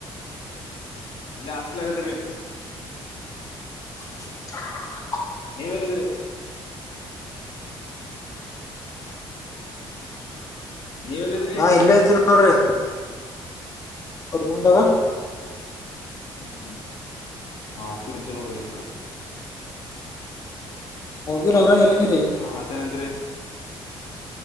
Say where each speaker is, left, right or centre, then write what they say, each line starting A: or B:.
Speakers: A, on the left (about 65°); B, on the left (about 35°).
A: ಇಲ್ಲೆ ಹಾಸ್ಲಗದ್ರೀ.
B: <unintelligible>
A: ನೀವೆಲ್ಲಿದ್ರಿ. ನೀವೆಲ್ಲಿದ್ದೀರಿ
B: ನಾ ಇಲ್ಲೇ ಇದ್ದೇನಿ ನೋಡ್ರಿ ಅವ್ರ್ ರೂಮ್ದಾಗ.
A: ಹ್ಮ್ ಆಫಲ್ ಕುಂತೇನಿ.
B: ಹೋಗಿರ್ ಅವ್ರ ಎಲ್ದಿರಿ.
A: ಮತ್ತೇನಂತ್ರಿ.